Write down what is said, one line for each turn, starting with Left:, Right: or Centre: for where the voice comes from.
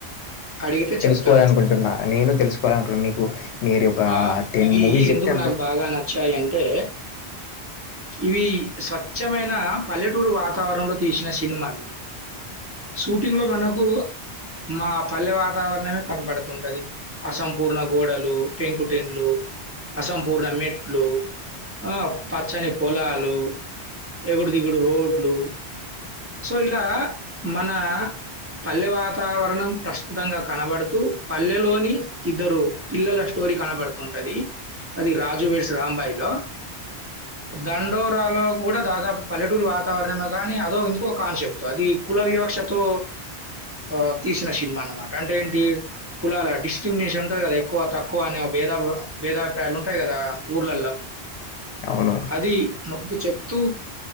Right: అడిగితే
Left: తెలుసుకోవాలనుకుంటున్నా
Right: చెప్తాను
Left: నేను తెలుసుకోవాలనుకున్న మీకు మీరు ఒక
Right: ఆ
Left: టెన్
Right: ఇవి
Left: మూవీస్ జెప్తే
Right: ఎందుకు నాకు బాగా నచ్చాయి అంటే ఇవి స్వచ్ఛమైన పల్లెటూరు వాతావరణంలో తీసిన సినిమాలు షూటింగ్ లో మనకు మా పల్లె వాతావరణ మే కనపడుతుంటది అసంపూర్ణ గోడలు, పెంకుటిన్లు అసంపూర్ణ మెట్లు, ఆ పచ్చని పొలాలు ఎగుడు దిగుడు రోడ్లు సో ఇలా మన పల్లె వాతావరణం ప్రస్ఫుటంగా కనబడుతూ పల్లెలోని ఇద్దరు పిల్లల స్టో టోరి కనబడుతుంటది అది రాజువేడ్స్ రాంబాయి లో దండోరాలో కూడా దాదాపు పల్లెటూరు వాతావరణమే గానీ అదో ఇంకొక కాన్సెప్ట్ అది కుల వివక్షతో ఆ తీషిన శిల్మా అన్నమాట అంటే ఏంటి కులాల డిస్ట్రీమినేషన్ ఉంటంది గదా ఎక్కువ తక్కువ అనే ఒ భేదా భేదాభిప్రాయాలు ఉంటాయి గదా ఊర్లల్ల
Left: అవును
Right: అది నొక్కి చెప్తూ